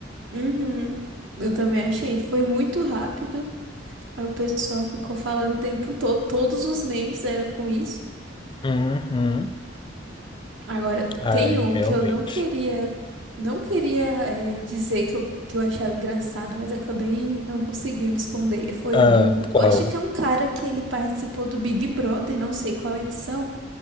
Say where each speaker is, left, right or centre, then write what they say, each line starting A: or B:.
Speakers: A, on the right; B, on the left.
A: Uhum. Eu também achei. Foi muito rápido. Aí o pessoal ficou falando o tempo todo. Todos os memes era com isso.
B: Uhum.
A: Agora,
B: Ai,
A: tem um
B: realmente.
A: que eu não queria, não queria eh, dizer que eu, que eu achava engraçado, mas acabei não conseguindo esconder. Foi
B: Ah,
A: o do.
B: qual?
A: Eu acho que é um cara que ele participou do Big Brother, não sei qual edição,